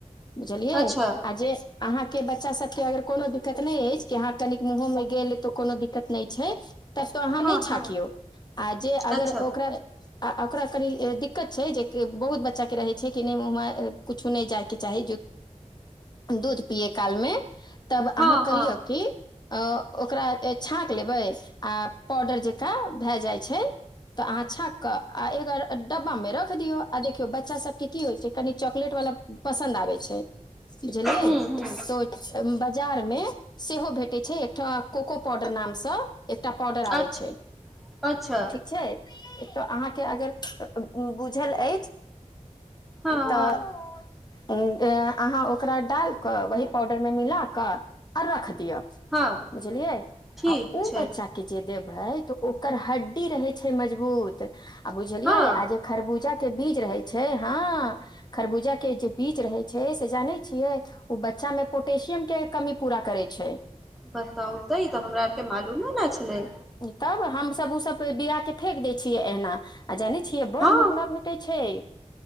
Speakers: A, on the left; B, in the centre.
A: बुझलियै
B: अच्छा
A: आ जे अहाँके बच्चा सभके अगर कोनो दिक्कत नहि अछि कि अहाँ कनिक मुँहोमे गेल तऽ कोनो दिक्कत नहि छै तब त अहाँ
B: हँ
A: नहि छाकियौ
B: हँ
A: आ जे
B: अच्छा
A: अगर ओकरा आ ओकरा कनि दिक्कत छै जे कि बहुत बच्चा के रहै छै नहि कछु नहि जायके चाही दूध पियए काल मे तब अहाँ
B: हँ
A: करियौ
B: हँ
A: की अ ओकरा छाँक लेबै आ पाउडर जकाँ भए जाइ छै तऽ अहाँ छांक कऽ आ अगर डब्बा मे रख दियौ आ देखियौ बच्चा सब कि कि होयछै कनी चाकलेट वाला पसंद आबै छै बुझलिय
B: हूँ हूँ
A: जार मे सेहो भेटै छै एकटा कोको पाउडर नामसँ एकटा पाडर आबै
B: अच्छा
A: छै
B: अच्छा
A: ठीक छै तऽ अहाँके अगर बुझल अछि
B: हँ
A: तऽ
B: हँ
A: अहाँ ओकरा डाल कहवै पाउडर मे मिला रख दिअ
B: हँ
A: बुझलिए
B: ठीक
A: आ उ
B: छै
A: बच्चा के जे त ओकर हड्डी रहै छै मजबूत आ बुझलियै
B: हँ
A: आ जे खरबूजा जे बीज रहै छै हँ खरबूजा के जे बीज रहै छै से जाने छियै ओ बच्चा में पोटशियम के कमी पूरा करै छै
B: बताउ तऽ इ तऽ हमरा अते मालूमे न छलै
A: तब हमसभ ओसभ बिया कऽ फेेक दै छियै एना आ जानै छियै बड
B: हँ
A: महंगा भेटे छै